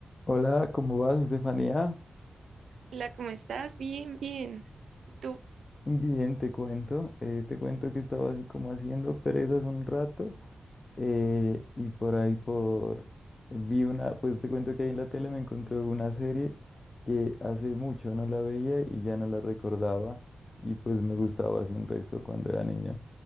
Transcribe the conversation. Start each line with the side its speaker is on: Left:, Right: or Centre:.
Left: Hola, ¿cómo vas, Estefanía?
Right: Hola, ¿cómo estás? Bien, bien. Tú,
Left: Bien, te cuento. eh, te cuento que estaba así como haciendo perezas un rato eh, y por ahí por... Vi una, pues te cuento que ahí en la tele me encontré una serie que hace mucho no la veía y ya no la recordaba y pues me gustaba así un resto cuando era niño.